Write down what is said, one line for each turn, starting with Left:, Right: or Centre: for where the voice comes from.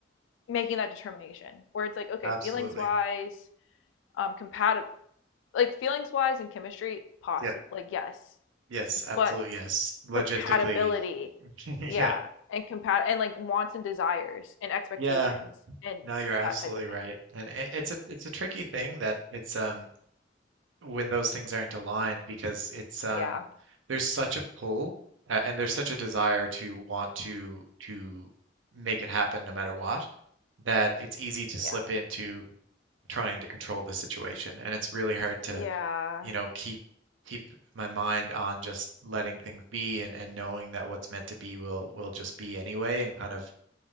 Left: making that determination where it's like okay
Right: Absolutely.
Left: feelings wise um compatible like feelings wise and chemistry, possibly
Right: Yep.
Left: like yes,
Right: Yes. Absolutely.
Left: but
Right: Yes. Logistically.
Left: compatibility,
Right: <laughs>
Left: yeah,
Right: Yeah.
Left: and compat and like wants and desires and expectations
Right: Yeah.
Left: and
Right: No, you're absolutely
Left: that type of thing.
Right: right. And it, it's a it's a tricky thing that it's um when those things aren't aligned because it's um
Left: Yeah.
Right: there's such a pull uh, and there's such a desire to want to to make it happen no matter what that it's easy to
Left: Yeah.
Right: slip into trying to control the situation and it's really hard to
Left: Yeah,
Right: you know keep keep my mind on just letting things be and, and knowing that what's meant to be will will just be anyway and kind of